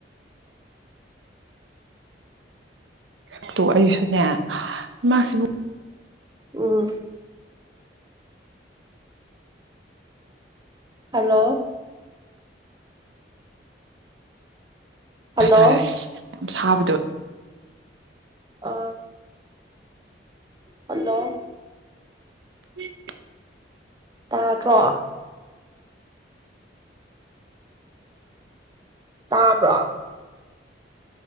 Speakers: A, on the right; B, on the right.
A: ꯛꯇꯨ ꯑꯩꯁꯨꯅꯦ ꯏꯃꯥꯁꯤꯕꯨ
B: ꯑꯣ ꯍꯜꯂꯣ ꯍꯜꯂꯣ
A: ꯍꯥꯏꯇꯥꯔꯦ ꯁꯥꯕꯗꯣ
B: ꯑꯥ ꯍꯜꯂꯣ
A: ꯎꯝ
B: ꯇꯥꯠꯇ꯭ꯔꯣ ꯇꯥꯕ꯭ꯔꯣ